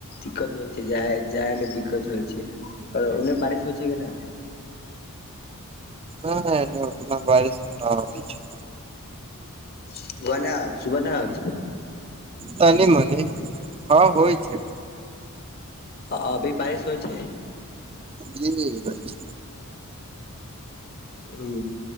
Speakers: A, on the left (about 45°); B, on the right (about 25°).
A: दिक्कत होइ छै जा जायमे दिक्कत होइ छै आरो ओने बारिश होइ छै की नऽ
B: नाय एने ओतना बारिस तऽ नऽ होइ छै
A: सुहन ना सुबह नय हो छै
B: तनी मनी हँ होइ छै
A: आ अभी बारिश होइ छै
B: जी होइ छै
A: उ